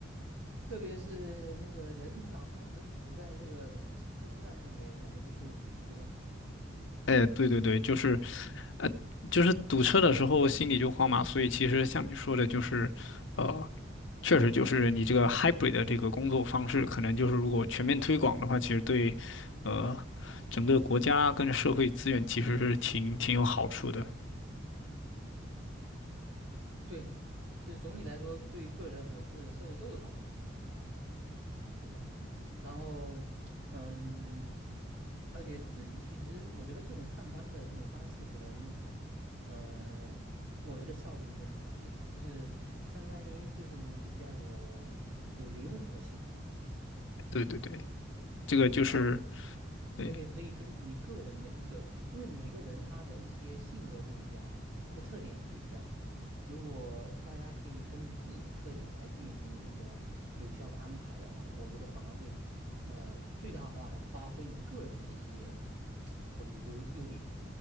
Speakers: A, on the right (about 85°); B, on the left (about 75°).
A: 特别是那个人老是堵在这个车上，也感觉不舒服嘛，对吧？
B: 哎，对对对，就是，呃，就是堵车的时候心里就慌嘛，所以其实像你说的，就是，呃，确实就是你这个 hybrid 的这个工作方式，可能就是如果全面推广的话，其实对，呃，整个国家跟社会资源其实是挺挺有好处的。
A: 对，就是总体来说，对个人和这个社会都有好处。对吧？然后，嗯，而且自己其实我觉得这种上班的这种方式，可能，呃，我觉得效率会好一点，就是相当于就是你比较有有灵活性。
B: 对对对，这个就是。
A: 然后
B: 对，
A: 而且可以根据你个人的一个，因为每个人他的一些性格不一样，他的特点也不一样。如果大家可以根据自己的特点来进行这个有效的安排的话，我觉得反而会呃最大化的发挥你个人的一些，我觉得优优点。